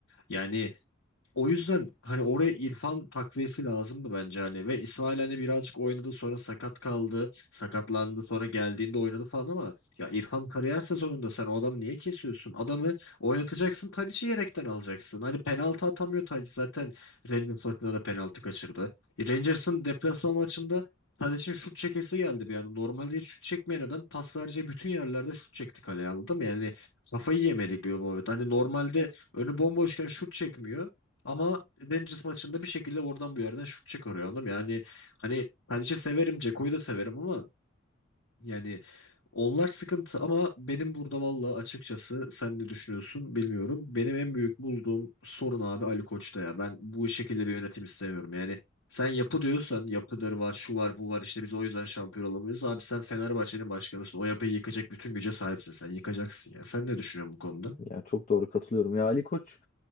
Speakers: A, on the left (about 75°); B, on the left (about 35°).
A: Yani o yüzden hani oraya İrfan takviyesi lazımdı bence hani ve İsmail hani birazcık oynadı sonra sakat kaldı sakatlandı sonra geldiğinde oynadı falan ama ya İrfan kariyer sezonunda sen o adamı niye kesiyorsun? Adamı oynatacaksın Tadic'i yedekten alacaksın. Hani penaltı atamıyor Tadic zaten Rangers maçında da penaltı kaçırdı. E, Rangers'ın deplasman maçında Tadic'in şut çekesi geldi bir anda. Normalde hiç şut çekmeyen adam pas vereceği bütün yerlerde şut çekti kaleye anladın mı? Yani kafayı yemedik bir muhabbet. Hani normalde önü bomboşken şut çekmiyor. Ama Rangers maçında bir şekilde oradan bir yerden şut çıkarıyor anladın mı? Yani hani Tadic'i severim, Ceko'yu da severim ama yani onlar sıkıntı ama benim burada valla açıkçası sen ne düşünüyorsun bilmiyorum. Benim en büyük bulduğum sorun abi Ali Koç'ta ya. Ben bu şekilde bir yönetim istemiyorum. Yani sen yapı diyorsan yapıları var, şu var, bu var işte biz o yüzden şampiyon olamıyoruz. Abi sen Fenerbahçe'nin başkanısın. O yapıyı yıkacak bütün güce sahipsin. Sen yıkacaksın ya. Sen ne düşünüyorsun bu konuda?
B: Ya çok doğru katılıyorum. Ya Ali Koç